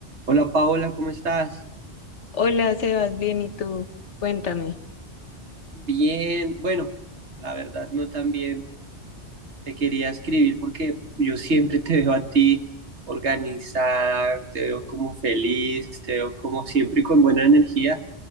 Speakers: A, on the right; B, on the left.
A: Hola Paola, ¿cómo estás?
B: Hola, Sebas, bien, ¿y tú? Cuéntame.
A: Bien, bueno, la verdad no tan bien. Te quería escribir porque yo siempre te veo a ti organizada, te veo como feliz, te veo como siempre con buena energía